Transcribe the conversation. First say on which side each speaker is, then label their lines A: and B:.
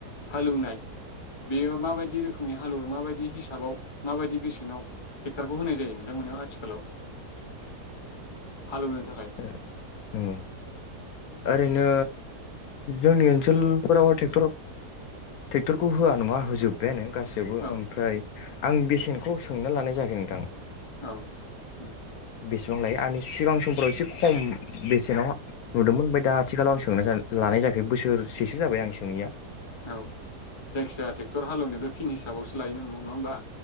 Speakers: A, on the left; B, on the left.
A: हालौवनाय बेयो माबायदि रोखोमनि हालेवो माबायदि हिसाबाव माबायदि बेसेनाव ट्रेक्टरखौ होनाय जायो नोंथांमोनियाव आथिखालाव। हालेवनो थाखाय।
B: ओ नंगौ ओरैनो जोंनि ओनसोलफोराव ट्रेक्टर ट्रेक्टरखौ होआ नङा होजोबबायानो। गासैबो
A: औ
B: ओमफ्राय आं बेसेनखौ सोंना लानाय जायाखै नोंथां।
A: औ ओम।
B: बेसेबां लायो <unintelligible> सानैसो सिगां समफ्राव एसे खम बेसेनाव नुदोंमोन ओमफ्राय दा आथिखालाव सोंना लानाय जायाखै बोसोरसेसो जाबाय आं सोङैया।
A: औ जायखिजाया ट्रेक्टर हालेवनो दोन। थिन हिसाबावसो लायो नङा होमबा?